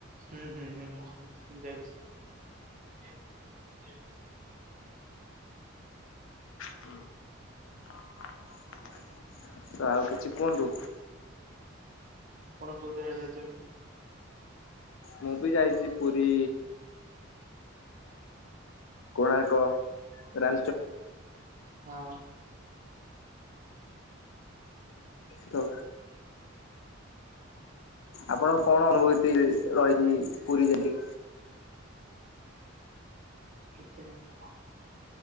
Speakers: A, on the right; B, on the left.
A: ହୁଁ ହୁଁ ହୁଁ ଯାଇଛି। ଯେ ଯେ
B: ହୁଁ ତ ଆଉ କିଛି କୁହନ୍ତୁ?
A: ଆପଣ କୋଉ ଜାଗା ଯାଇଛନ୍ତି?
B: ମୁଁ ବି ଯାଇଛି ପୁରୀ। କୋଣାର୍କ ରା
A: ହଁ।
B: ତ ଆପଣଙ୍କ କଣ ଅନୁଭୂତି ରହିଛି ପୁରୀ ଯାଇକି?
A: କିଛି ନାହିଁ।